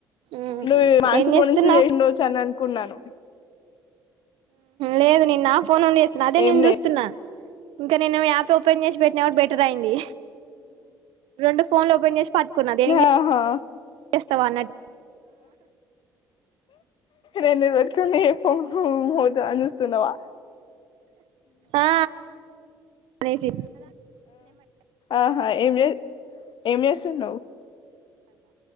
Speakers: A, on the right; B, on the left.
A: మ్మ్
B: నువ్వు మాసపూర్
A: ఏం చేస్తున్నావ్
B: నుంచి చేయిండవచ్చు అని అనుకున్నాను
A: లేదు నిన్న ఆ ఫోన్ వన్ చేస్తసాను అదే
B: ఏం
A: నేను
B: లే
A: చూస్తున్నా ఇంకా నేను మీ యాప్ ఓపెన్ చేసి పెట్టిన వాడు బెటర్ అయింది రెండు ఫోన్ల ఓపెన్ చేసి పట్టుకున్నా దేనికి
B: ఆహా
A: చేస్తావా అన్నట్
B: రెండు <unintelligible> స్తున్నవా
A: ఆ ఆనేసి
B: ఆహా ఆ ఏం చే ఏం చేస్తున్నావ్?